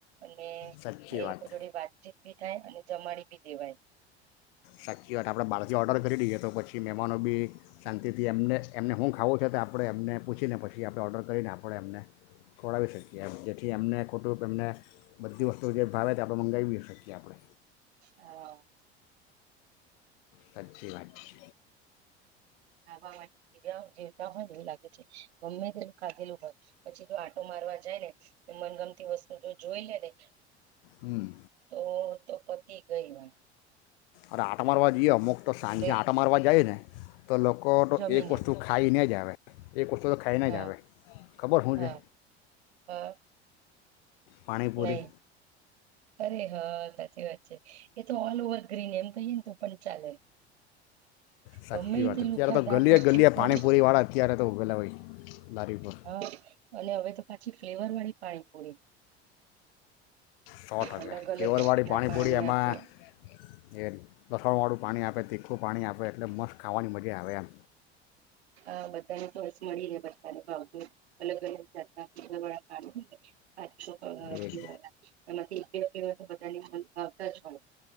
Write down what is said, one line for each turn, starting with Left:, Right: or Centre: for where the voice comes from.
Right: અને
Left: સાચી
Right: એ
Left: વાત
Right: લોકો જોડે વાતચીત ભી થાય અને જમાડી ભી દેવાય
Left: સાચીત આપણે બાળજી ઓર્ડર કરી દઈએ તો પછી મહેમાનો બી શાંતિથી એમને એમને શું ખાવું છ તો આપણે એમને પૂછીને પછી પ આપણે ઓર્ડર કરીને આપડે એમને ખોડાવી શકીએ જેથી એમને ખોટું એમને બધીત તો જે ભાવે તે આપણે મંગાવી શકીએ આપણે
Right: હા <inaudible>
Left: સાચી વાત છે
Right: ખાવા માટે <unintelligible> બે્યા જે <unintelligible> હોય એવું લાગે છે ગમ્મે ત ખાધેલું હોય પછી જો આટો મારવા જાય ને મનગમતી વસ્તુ જો જોઈ લે ને
Left: હમ
Right: તો તો પતિ ગઈ વાર
Left: અરે આટો મારવા જઈએ અમુક તો સાંજે
Right: લે
Left: આટો મારવા જાઇને ને તો લોકો તો
Right: જમીને
Left: એક વસ્તુ ખાઈ ને જ આવે હ <inaudible> એક વસ્તુ તો ખાઈને
Right: હા
Left: જ આવે ખબર શું
Right: હા
Left: છે
Right: હા
Left: પાણીપૂરી
Right: નહી અરે હા સાચી વાત છે એ તો ઓલ ઓવર ગ્રીન એમ કહીને તો પણ ચાલે
Left: સાચી
Right: ગમે
Left: વાત
Right: તે
Left: અત્યારે
Right: લુખાધા
Left: તો ગલીએ
Right: પી
Left: ગલીએ
Right: પણ
Left: પાણીપુરીવાળા અત્યારે તો ઉભેલા હોય લારી પર
Right: હ અને હવે તો ફલેવર વાળી પાણી પૂરી
Left: સો ટકા
Right: અલગ અલગ
Left: ફ્લેવરવાળી
Right: જાતના
Left: પાણીપુરી એમાં
Right: આપે
Left: એ લસણવાળું પાણી આપે તીખું પાણી આપે એટલે મસ્ત ખાવાની મજા આવે એમ
Right: હ બધાને ચોઈસ મળીરે બધાને ભાવ તુ અલગ અલગ જાતના ફ્લેવર વાળા પાણી હોય ને પાચ છો પવા
Left: એ
Right: પીવાના
Left: જ.
Right: એમાંથી થી કેવા કેવા તો બધાની <unintelligible> જ હોય એટલે શું